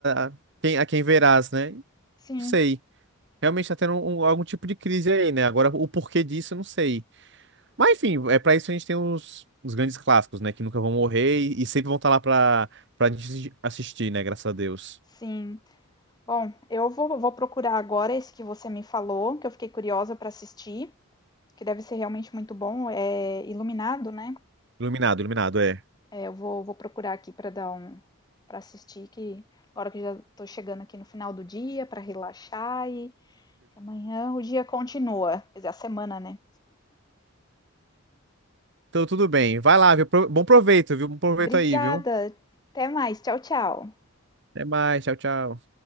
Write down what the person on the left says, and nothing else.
sim,
sim. Bom, eu vou, vou procurar agora esse que você me falou, que eu fiquei curiosa para assistir, que deve ser realmente muito bom, é Iluminado, né?
É, eu vou, vou procurar aqui para dar um, para assistir, que agora que já tô chegando aqui no final do dia, para relaxar e Amanhã o dia continua, quer dizer, a semana, né?
Obrigada.
Até mais. Tchau, tchau.